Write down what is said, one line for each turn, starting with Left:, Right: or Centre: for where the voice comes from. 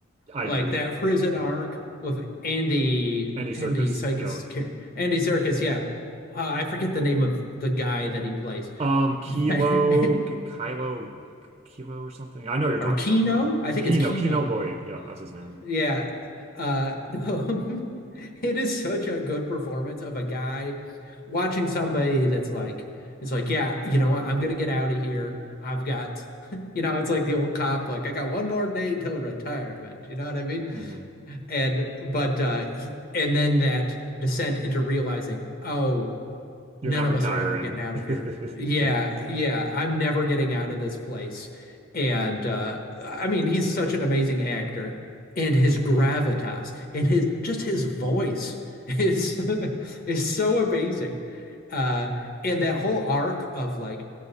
Right: I
Left: like
Right: agree
Left: that prison arc
Right: oh
Left: with Andy
Right: Andy
Left: Andy
Right: Circus
Left: Serkis
Right: yeah
Left: Andy Serkis, yeah. Uh, I forget the name of the guy that he plays.
Right: um Kilo
Left: <laughs>
Right: Kylo Kilo or something I know what you're
Left: or
Right: talking
Left: Kino?
Right: about though
Left: I think
Right: Kino
Left: it's Kino.
Right: Kino Lloyd yeah that's his name
Left: Yeah. Uh <laughs> it is such a good performance of a guy watching somebody that's like it's like, yeah, you know what? I'm gonna get out of here. I've got <laughs> you know, it's like the old cop, like, I got one more day till retirement. You know what I mean?
Right: hmm
Left: And but uh he, and then that descent into realizing, oh,
Right: You're
Left: none
Right: not
Left: of
Right: retiring.
Left: us are ever getting out of here.
Right: <laughs>
Left: Yeah,
Right: Yeah.
Left: yeah, I'm never getting out of this place. And uh I mean, he's such an amazing actor and his gravitas and his just his voice is <laughs> is so amazing. Uh and that whole arc of like